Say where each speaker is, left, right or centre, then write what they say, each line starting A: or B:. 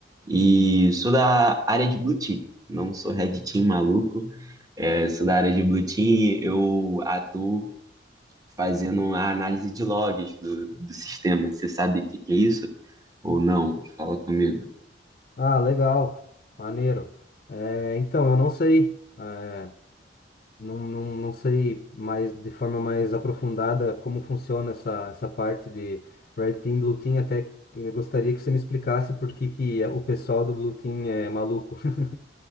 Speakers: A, on the right; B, on the left.
A: e sou da área de Blue Team. Não sou Red Team maluco, É, sou da área de Blue Team, eu atuo fazendo a análise de logs do, do sistema. Você sabe o que que é isso? Ou não? Fala comigo.
B: Ah, legal, maneiro. É, então, eu não sei. É, Não, não, não sei mais de forma mais aprofundada como funciona essa, essa parte de Red Team, Blue Team. Até eh, gostaria que você me explicasse por que que o pessoal do Blue Team é maluco. <laughs>